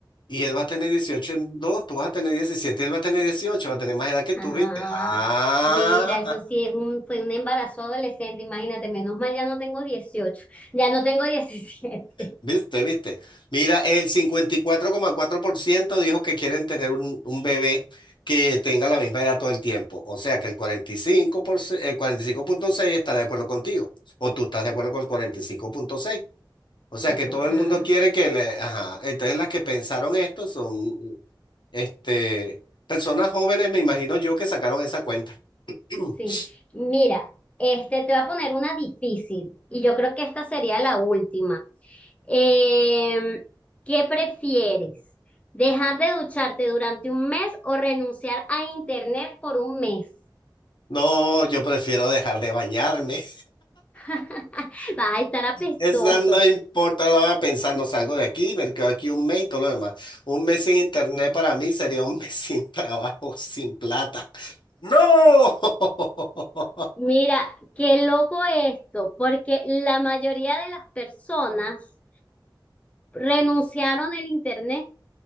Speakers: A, on the left (about 70°); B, on the left (about 15°).
A: y él va a tener 18 en dos, tú vas a tener 17, y él va a tener 18, va a tener más edad que tú,
B: Ah,
A: ¿viste? Ah,
B: mira, eso sí es un, fue un embarazo adolescente, imagínate, menos mal ya no tengo 18, <laughs> ya no tengo diecisiete.
A: Viste, viste. Mira, el 54,4% dijo que quieren tener un, un bebé que tenga la misma edad todo el tiempo. O sea que el 45 por, ciento, el 45.6 está de acuerdo contigo. O tú estás de acuerdo con el 45.6. O sea
B: Ah,
A: que todo el mundo quiere que le... Ajá. Entonces las que pensaron esto son, este, personas jóvenes, me imagino yo, que sacaron esa cuenta. <clears throat>
B: sí, mira, este te voy a poner una difícil y yo creo que esta sería la última. Eh, ¿qué prefieres? ¿Dejar de ducharte durante un mes o renunciar a internet por un mes?
A: No, yo prefiero dejar de bañarme.
B: <laughs> Vas a estar apestoso.
A: Esa no importa, la voy a pensar, no salgo de aquí, me quedo aquí un mes y todo lo demás. Un mes sin internet para mí sería un mes <laughs> sin trabajo, sin plata. ¡No! <laughs>
B: Mira, qué loco esto, porque la mayoría de las personas renunciaron al internet